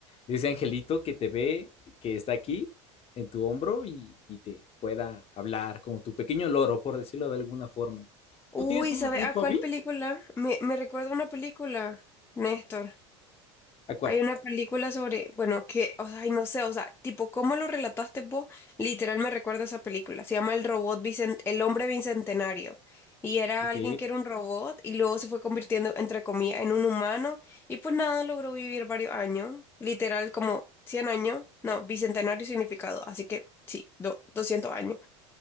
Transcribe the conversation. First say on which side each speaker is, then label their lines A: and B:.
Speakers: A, on the left; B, on the left.
A: ese angelito que te ve, que está aquí en tu hombro y, y te pueda hablar, como tu pequeño loro, por decirlo de alguna forma.
B: uy,
A: ¿Tú tienes un,
B: ¿sabes
A: un
B: a
A: hobby?
B: cuál película? Me, me recuerda a una película, Néstor.
A: ¿A cuál?
B: Hay una película sobre, bueno, que, o sea, ay, no sé, o sea, tipo, ¿cómo lo relataste vos? Literal me recuerda esa película. Se llama El robot bicen- El hombre bicentenario. Y era
A: Ok,
B: alguien que era un robot y luego se fue convirtiendo, entre comillas, en un humano. Y pues nada, logró vivir varios años. Literal, como 100 años. No, bicentenario significado. Así que sí, do- 200 años.